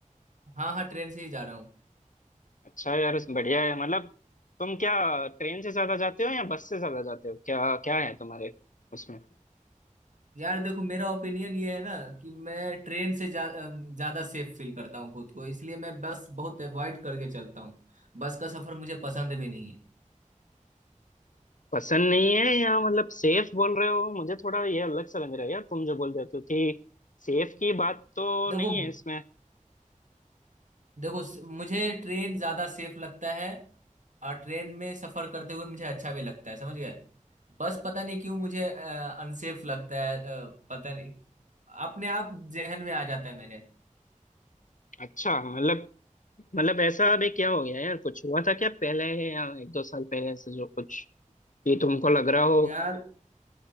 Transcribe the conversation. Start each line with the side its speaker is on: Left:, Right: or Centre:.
Right: हाँ हाँ ट्रेन से ही जा रहा हूँ
Left: अच्छा यार बढ़िया है मतलब तुम क्या ट्रेन से ज्यादा जाते हो या बस से ज्यादा जाते हो क्या क्या है तुम्हारे उसमें
Right: यार देखो मेरा ओपिनियन ये है ना कि मैं ट्रेन से जा अम, ज्यादा सेफ फील करता हूँ खुद को इसलिए मैं बस बहुत अवॉइड करके चलता हूँ बस का सफर मुझे पसंद भी नहीं है
Left: पसंद नहीं है या मतलब सेफ बोल रहे हो मुझे थोड़ा ये अलग सा लग रहा है यार तुम जो बोल रहे हो क्योंकि सेफ की बात तो
Right: देखो
Left: नहीं है इसमें
Right: देखो स- मुझे ट्रेन ज्यादा सेफ लगता है और ट्रेन में सफर करते हुए मुझे अच्छा भी लगता है समझ गए बस पता नहीं क्यों मुझे अनसेफ लगता है अ, पता नहीं अपने आप जहन में आ जाता है मेरे
Left: अच्छा मतलब मतलब ऐसा अभी क्या हो गया यार कुछ हुआ था क्या पहले या एक दो साल पहले से जो कुछ ये तुमको लग रहा हो
Right: यार